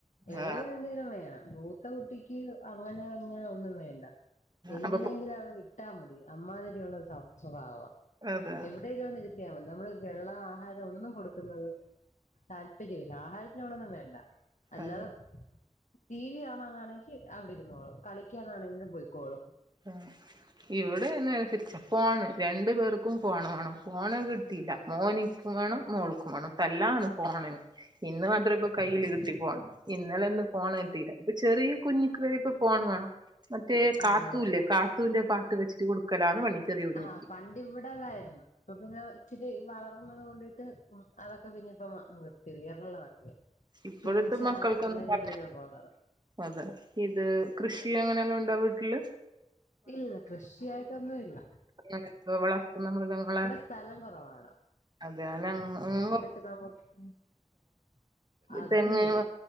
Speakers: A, on the left; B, on the right.
A: ഏളയതിന്
B: ആഹ്
A: എന്തെങ്കിലും വേണം ത്ത കുട്ടിക്ക് അങ്ങനെ ഇങ്ങനെ ഒന്നും വേണ്ട എങ്ങനെയെങ്കിലും
B: അപ്പൊ
A: അവള് വി ട്ടാ മതി അമ്മാതിരി ഉള്ളത് സ്വഭാവ
B: അതാ
A: എടയില് ഒന്ന് ഇരുത്തിയാ മതി നമ്മള് വെള്ളം ആഹാരം ഒന്നും കൊടുക്ക്ന്നത് താല്പര്യല്ല ആഹാര നോടെന്നും വേണ്ട അല്ലാതെ
B: അതാ
A: ട്ടീ വി കാണാനാണെങ്കി അവിടെരുന്നോളും കളിക്കാനാണെങ്കില് പെയ്ക്കോളും
B: ആഹ് ഇവടെ നേരെ തിരിച്ച ഫോണ് രണ്ട് പേർക്കും ഫോണ് വാണം ഫോൺ കിട്ടീല മോനിക്കും വാണം മോൾക്കും വാണം തല്ലാണ് ഫോണിന് ഇന്ന് മാത്രെ ഇപ്പൊ കയ്യിലിരുത്തി ഫോണ് ഇന്നലൊന്നും ഫോൺ കിട്ടീല ഇപ്പൊ ചെറിയ കുഞ്ഞിക്ക് വരെ ഇപ്പം ഫോൺ വാണം മറ്റേ കാ
A: ആണല്ലേ
B: കാത്തൂന്റെ പാട്ട് വെച്ച്ട്ട് കൊട്ക്കലാണ് പണി ചെറിയ കുഞ്ഞിക്ക്
A: ആഹ് പണ്ട് ഇവടെ അതായിരുന്നു ഇപ്പൊ പിന്നെ ഇച്ചിരി വളർന്നത് കൊണ്ട് ട്ട് അതൊക്ക പിന്നെ ഇപ്പൊ നിർത്തി യതള്ളതാക്കി
B: ഇപ്പോഴത്തെ
A: ചിൻചാൻ
B: മക്കൾക്കൊന്നും
A: അങ്ങനെ
B: പറഞ്ഞ
A: ഇങ്ങനെ <unintelligible>
B: അതെ ഇത് കൃഷീ അങ്ങനെ വല്ലൊം ഉണ്ടൊ വീട്ട്ല്
A: ഇല്ല കൃഷിയായിട്ടൊന്നുല്ല
B: അങ്ങനെന്തോ വളർത്ത്ന്ന മൃഗങ്ങളെ
A: സ്ഥലം കുറവാണ്
B: അതേ അന ഇങ്ങ്
A: <unintelligible> അതൊന്നുല്ല
B: തെങ്ങ്